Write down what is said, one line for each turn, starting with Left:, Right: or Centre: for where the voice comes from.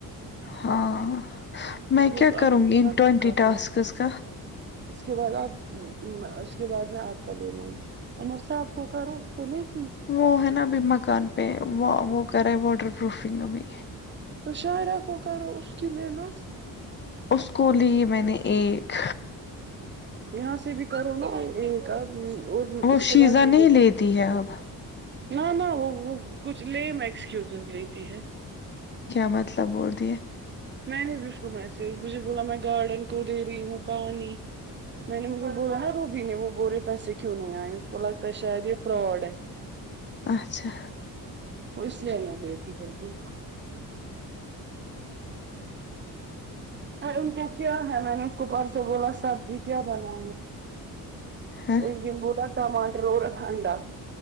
Left: ہاں میں
Right: اس نے
Left: کیا
Right: تو
Left: کروں
Right: اچھا
Left: گی
Right: خاص
Left: ان ٹینٹی
Right: کما
Left: تھوسند کا
Right: اس کے بعد آپ اس کے بعد میں آٹ کاا لے لوں گی امر صاحب کوک بولے گ
Left: وہ ہے نا ابھی مکان پہ وہ وہ کرا ہے واٹر پروفنگ ابھی
Right: تو شاعرا کو کرو ا اس کی محنت
Left: اس کو لی میں نے ایک
Right: یہاں سے بھی کرو نا یہ کا
Left: وہ
Right: اس کے
Left: شیزا
Right: بعد م
Left: نہیں
Right: د
Left: لیتی ہے اب
Right: نہ نہ وہ وہ کچھ لیم ایکسکیوزو لیتی ہے
Left: کیا مطلب بول رہی ہے
Right: میں نہیں پچھ گ میسیج بھس بولان م میں گاڈن کو دے رہی ہوں پانی میں نے مجھ کو بولا نا روبی نے وہ بولے پیسے کیوں نہیں آئے اس کو لگتا شاید یہ فراڈ ہے
Left: اچھا
Right: وہ اس لیے اللہ ملتی بھر جی ر ان کیا کیا ہے منیش کو پار سے بولا اب یہ کیا بنا
Left: ہاں
Right: انجن بولا ٹماٹر اور انڈا